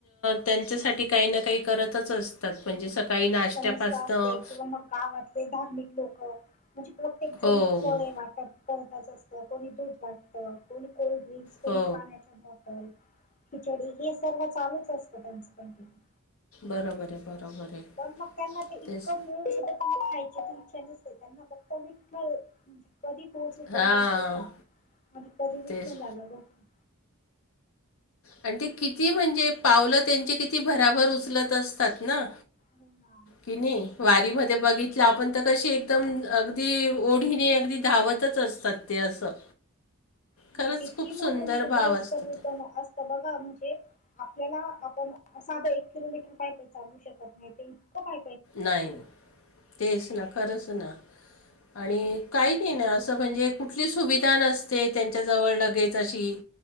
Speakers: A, on the left; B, on the left.
A: त्यांच्यासाठी काही ना काही करतच असते तात म्हणजे सकाळी नाष्ट्त्यापासनं
B: संस्था असते किंवा मग गावातले धार्मिक लोक म्हणजे प्रत्येक जण
A: हो
B: फळे वाटत करतच असतं कोणी दूध वाटतं कोणी कोल्ड ड्रिंक्स कोणी
A: हो
B: पाण्याच्या खिचडी हे सर्व चालूच असतं त्यांचं कंटिन्यू
A: बरोबर आहे बरोबर आहे
B: पण मग त्यांना ते इतकं
A: तेच
B: मळ खायची त इच्छा नसते त्यांना फक्त विठ्ठल म्हणजे कधी पोहोचू
A: हां
B: पण पंढरपूर ला म्हण कधी विठ्ठलाला
A: तेच
B: झालं बघून
A: आणि ते किती म्हणजे पावलं त्यांची किती भराभर उचलत असतात ना
B: हो ना
A: की नाही वारीमध्ये बघितलं आपण तर कशी एकदम अगदी ओढीने अगदी धावतच असतात ते असं
B: म्हणजे
A: खरंच
B: किती
A: खूप
B: मोठे
A: सुंदर
B: मोठे
A: भाव
B: वयस्कर
A: असतो
B: उत
A: ते
B: असता बघा म्हणजे आपल्याला आपण साधा एक किलोमीटर काय प चालू शकत नाही ते इतकं काय
A: नाही तेच ना खरंच ना आणि काही नाही ना असं म्हणजे कुठली सुविधा नसते त्यांच्या जवळ लगेच अशी